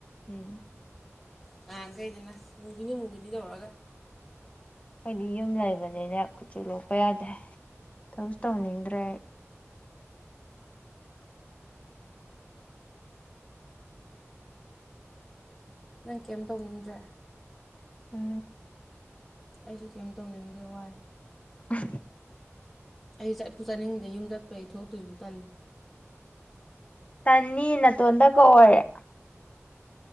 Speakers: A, on the left; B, in the centre.
A: ꯎꯝ
B: ꯅꯍꯥꯟꯈꯩꯗꯅ ꯃꯨꯒꯤꯅꯤ ꯃꯨꯒꯤꯅꯤ ꯇꯧꯔꯒ
A: ꯑꯩꯗꯤ ꯌꯨꯝ ꯂꯩꯕꯅꯤꯅ ꯀꯨꯆꯨ ꯂꯣꯛꯄ ꯌꯥꯗꯦ ꯇꯧꯁꯨ ꯇꯧꯅꯤꯡꯗ꯭ꯔꯦ
B: ꯅꯪ ꯀꯩꯝ ꯇꯧꯅꯤꯡꯗ꯭ꯔꯦ
A: ꯑ
B: ꯑꯩꯁꯨ ꯀꯩꯝ ꯇꯧꯅꯤꯡꯗꯦ ꯋꯥꯏ
A: ꯑ
B: ꯑꯩ ꯆꯠꯄꯨ ꯆꯠꯅꯤꯡꯗꯦ ꯌꯨꯝ ꯆꯠꯄꯒꯤ ꯊꯣꯛꯇꯣꯏꯕꯨ ꯇꯜꯂꯦ
A: ꯇꯟꯅꯤ ꯅꯇꯣꯟꯗꯀ ꯑꯣꯏꯔꯦ